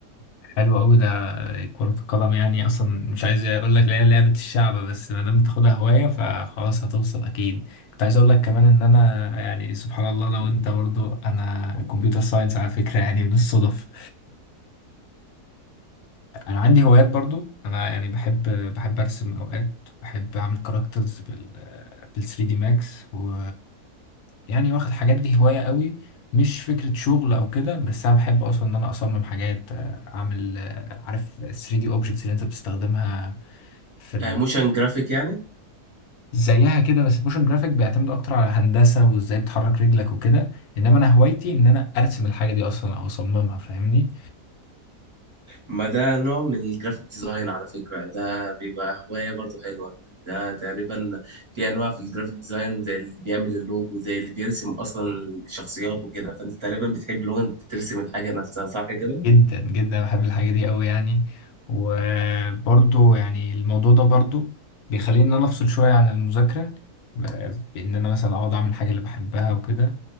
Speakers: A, on the left; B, on the right.
A: حلو قوي ده كرة القدم يعني اصلا مش عايز اقول لك لا لعبة الشعب بس ما دام تاخدها هواية فخلاص هتوصل اكيد كنت عايز اقول لك كمان ان انا يعني سبحان الله انا وانت برضو انا كمبيوتر ساينس على فكرة يعني من الصدف انا عندي هوايات برضو انا يعني بحب بحب ارسم اوقات بحب اعمل كاركترز بال بال 3 دي ماكس و يعني واخد الحاجات دي هواية قوي مش فكرة شغل او كده بس انا بحب اصلا ان انا اصمم حاجات اعمل عارف 3 دي اوبجكتس اللي انت بتستخدمها في ال...
B: آه، موشن جرافيك يعني
A: زيها كده بس الموشن جرافيك بيعتمد اكتر على هندسة وازاي بتحرك رجلك وكده انما انا هوايتي ان انا ارسم الحاجة دي اصلا او اصممها فاهمني
B: ما ده نوع من الجرافيك ديزاين على فكرة ده بيبقى هواية برضو حلوة ده تقريبا في أنواع في الجرافيك ديزاين زي اللي بيعمل اللوجو زي اللي بيرسم أصلا الشخصيات وكده فأنت تقريبا بتحب لو أنت ترسم الحاجة نفسها صح كده؟
A: جدا جدا بحب الحاجة دي قوي يعني وبرضو يعني الموضوع ده برضو بيخليني ان انا افصل شوية عن المذاكرة ب- بان انا مثلا اقعد اعمل الحاجة اللي بحبها وكده